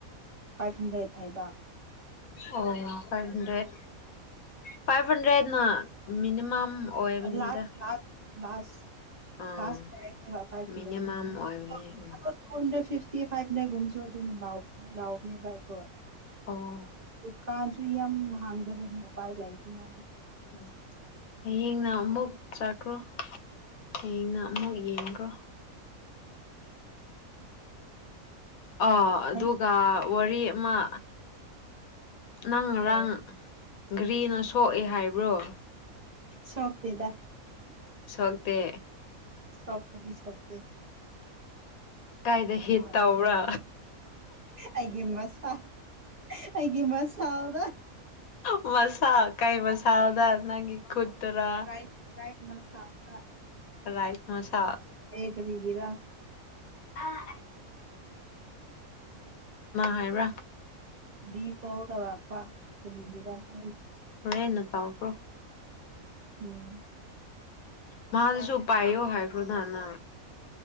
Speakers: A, on the right; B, on the left.
A: five hundred ꯍꯥꯏꯕ
B: ꯑꯣ ꯐꯥꯏ꯭ꯕ ꯍꯟꯗ꯭ꯔꯦꯗ ꯐꯥꯏ꯭ꯕ ꯍꯟꯗ꯭ꯔꯦꯗꯅ ꯃꯤꯅꯤꯃꯝ ꯑꯣꯏꯕꯅꯤꯗ
A: ꯑ ꯂꯥꯠ ꯂꯥꯠ ꯂꯥꯁ
B: ꯑꯥ
A: ꯐꯥꯔ꯭ꯁ ꯑꯣꯏꯔꯁꯦꯕ ꯐꯥꯏ꯭ꯕ ꯍꯟ꯭ꯔꯦꯗꯅ
B: ꯃꯤꯅꯤꯃꯝ ꯑꯣꯏꯕꯅꯦ ꯎꯝ
A: ꯑꯗꯣ ꯇꯨ ꯍꯟꯗ꯭ꯔꯦꯗ ꯐꯤꯐ ꯐꯤꯐꯇꯤ ꯐꯥꯏꯚꯅ ꯒꯨꯝꯁꯨ ꯑꯗꯨꯝ ꯂꯥꯎ ꯂꯥꯎꯕꯅꯦ ꯚꯥꯏꯀꯣ
B: ꯑꯣ
A: ꯗꯨꯀꯥꯥꯟꯁꯨꯨ ꯌꯥꯝ ꯍꯥꯡꯗꯕ ꯎꯄꯥꯏ ꯂꯩꯇꯦꯅ
B: ꯎꯝ ꯍꯌꯦꯡꯅ ꯑꯃꯨꯛ ꯆꯠꯈ꯭ꯔꯣ ꯍꯌꯦꯡꯅ ꯑꯃꯨꯛ ꯌꯦꯡꯒ꯭ꯔꯣ ꯑꯥ ꯑꯗꯨꯒ
A: ꯑꯩ
B: ꯋꯥꯔꯤ ꯑꯃ ꯅꯪ ꯉꯔꯥꯡ
A: ꯀꯩ
B: ꯘꯔꯤꯅ ꯁꯣꯛꯑꯦ ꯍꯥꯏꯕ꯭ꯔꯣ
A: ꯁꯣꯛꯇꯦꯗ
B: ꯁꯣꯛꯇꯦ
A: ꯁꯣꯄꯗꯤ ꯁꯣꯛꯇꯦ
B: ꯀꯥꯏꯗ
A: ꯑꯗꯣ
B: ꯍꯤꯠ ꯇꯧꯕ꯭ꯔ
A: ꯑꯩꯒꯤ ꯃꯁꯥ ꯑꯩꯒꯤ ꯃꯁꯥꯎꯗ
B: ꯃꯁꯥꯥꯛ ꯀꯩꯕ ꯁꯥꯥꯎꯗ ꯅꯪꯒꯤ ꯈꯨꯠꯇꯔꯥ
A: ꯔꯥꯏ ꯔꯥꯏꯠ ꯃꯁꯥ ꯑ
B: ꯔꯥꯏꯠ ꯃꯁꯥ
A: ꯒꯔ
B: ꯀꯅꯥ ꯍꯥꯏꯕ꯭ꯔꯥ
A: <inaudible> <unintelligible> ꯇꯧꯔꯛꯄ ꯀꯔꯤꯒꯤꯔ ꯈꯪ
B: ꯍꯦ ꯅ ꯇ꯭ꯔꯣ
A: ꯎꯝ
B: ꯃꯥꯗꯨꯁꯨ ꯄꯥꯏꯌꯣ ꯍꯥꯏꯈ꯭ꯔꯣ ꯅꯅ